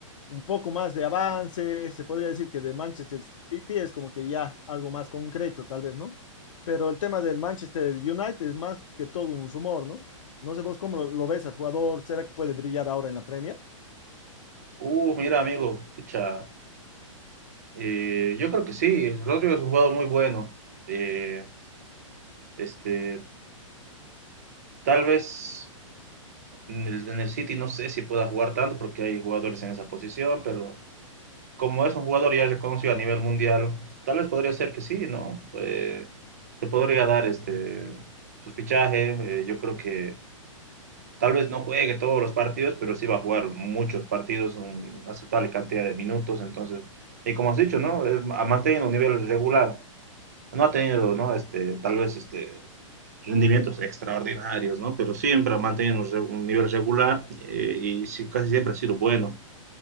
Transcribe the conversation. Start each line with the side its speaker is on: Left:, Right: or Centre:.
Left: un poco más de avance, se podría decir que de Manchester City es como que ya algo más concreto, tal vez, ¿no? Pero el tema del Manchester United es más que todo un rumor, ¿no? No sé vos cómo lo, lo ves al jugador, ¿será que puede brillar ahora en la Premier?
Right: Uh, mira, amigo, pucha, eh, yo creo que sí, Rodrigo es un jugador muy bueno. Eh, este, tal vez en el, en el City no sé si pueda jugar tanto porque hay jugadores en esa posición, pero como es un jugador ya reconocido a nivel mundial, tal vez podría ser que sí, ¿no? Pues, se podría dar este su fichaje. eh, yo creo que tal vez no juegue todos los partidos, pero sí va a jugar muchos partidos, una aceptable cantidad de minutos. Entonces, y como has dicho, ¿no? Es- ha mantenido un nivel regular. No ha tenido, ¿no? Este, tal vez este rendimientos extraordinarios, ¿no? Pero siempre ha mantenido un re- un nivel regular eh, y sí, casi siempre ha sido bueno.